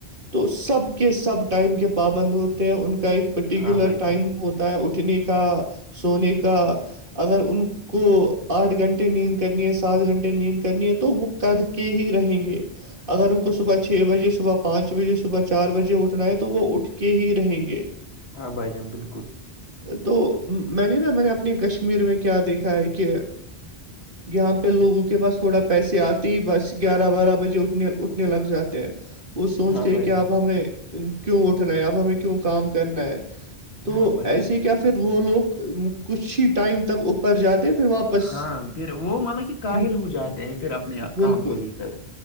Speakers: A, on the right; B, on the left.
A: تو سب کے سب ٹائم کے پابند ہوتے ہیں ان کا ایک پرٹیکولر
B: ہاں بھائی
A: ٹائم
B: جان
A: ہوتا ہے اٹھنے کا سونے کا اگر ان کو آٹھ گھنٹے نیند کرنی ہے سات گھنٹے نیند کرنی ہے تو وہ کر کے ہی رہیں گے اگر ان کو صبح چھ بجے صبح پانچ بجے صبح چار بجے اٹھنا ہے تو وہ اٹھ کے ہی رہیں گے
B: ہاں بھائی جان بالکل
A: تو میں نے نا میں نے اپنے کشمیر میں کیا دیکھا ہے کہ
B: <inaudible>
A: یہاں پہ لوگوں کے پاس تھوڑا پیسے آتی بس گیارہ بارہ بجے اٹھنے اٹھنے لگ جاتے ہیں وہ سوچتے
B: ہاں
A: ہے
B: بھائی
A: کہ
B: جان
A: اب ہمیں کیوں اٹھنا ہے اب ہمیں کیوں کام کرنا ہے تو
B: ہاں بھائی
A: ایسے
B: جان
A: کیا پھر وہ لوگ کچھ ہی ٹائم تک اوپر جاتے پھر واپس
B: ہاں پھر وہ مطلب کہ کااہل
A: ام،
B: ہو جاتے ہیں پھر اپنے
A: بالکل
B: کام کو لے کر